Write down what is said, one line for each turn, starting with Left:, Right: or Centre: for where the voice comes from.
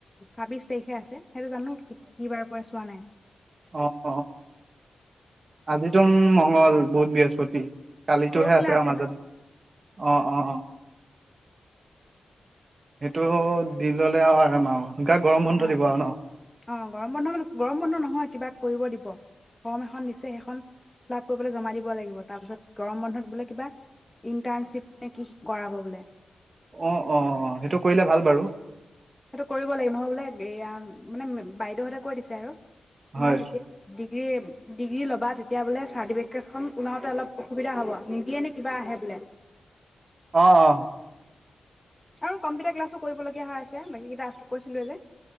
Left: ছাবিশ তাৰিখে আছে। সেইটো জানোঁ কি বাৰে পৰে চোৱা নাই।
Right: অ অ আজিতো মংগল বুধ বৃহস্পতি কালিতোহে
Left: পৰহিলা
Right: আছে আৰু মাজত
Left: এটা
Right: অ অ। সেইটো দি ল'লে আৰু আৰাম আৰু। গৰম বন্ধ
Left: অ
Right: দিব আৰু ন
Left: অ গৰম বন্ধ মানে গৰম বন্ধ নহয় কিবা কৰিব দিব। ৰ্ফম এখন দিছে সেইখন ফ্লাপ কৰিপেলে জমা দিব লাগিব তা পিছত গৰম বন্ধত বোলে কিবা ইন্টাৰ্নচিপ নে কি কৰাব বোলে।
Right: অ অ অ সেইটো কৰিলে ভাল বাৰু।
Left: সেইটো কৰিব লাগিব নহয় বোলে। এয়া মানে বাইদেউহতে কৈ দিছে আৰু। তোমাৰ
Right: হয়
Left: যেতিয়া দি। ডিগ্ৰী ল'বা তেতিয়া বোলে চাৰ্টিফিকেটখন ওলাওঁতে অলপ অসুবিধা হ'ব নিদিয়ে নে কিবা আহে বোলে
Right: অহ অহ।
Left: আৰু কম্পিউটাৰ ক্লাছো কৰিবলগীয়া হৈ আছে বাকী কেইটা আছে কৈছিলোয়ে যে।